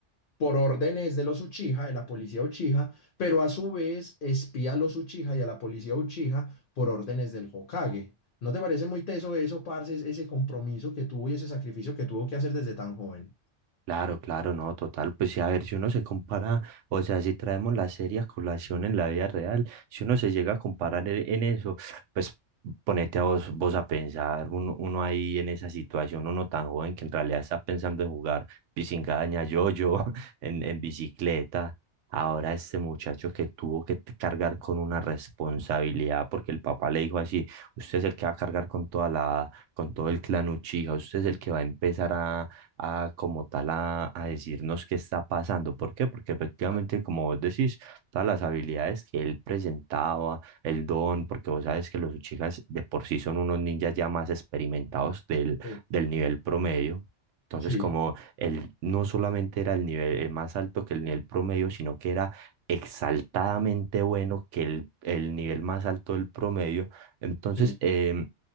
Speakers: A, on the left; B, on the right.
A: por órdenes de los Uchiha, de la policía Uchiha, pero a su vez espía a los Uchiha y a la policía Uchiha por órdenes del Hokage. ¿No te parece muy teso eso, parce, es- ese compromiso que tuvo y ese sacrificio que tuvo que hacer desde tan joven?
B: Claro, claro, no, total. Pues sí, a ver, si uno se compara, o sea, si traemos la serie a colación en la vida real, si uno se llega a comparar e- en eso, pues ponete a vos, vos a pensar, uno, uno ahí en esa situación, uno tan joven que en realidad está pensando en jugar pisingaña, yo-yo, <laughs> en, en bicicleta. Ahora este muchacho que tuvo que t- cargar con una responsabilidad, porque el papá le dijo así, usted es el que va a cargar con toda la, con todo el clan Uchiha, usted es el que va a empezar a a como tal a, a decirnos qué está pasando. ¿Por qué? Porque efectivamente,
A: Ah,
B: como vos decís, todas las habilidades que él presentaba, el don, porque vos sabes que los Uchijas de por sí son unos ninjas ya más experimentados del,
A: Sí,
B: del nivel promedio. Entonces,
A: sí,
B: como él no solamente era el nivel eh, más alto que el nivel promedio, sino que era exaltadamente bueno que el, el nivel más alto del promedio, entonces
A: sí.
B: em,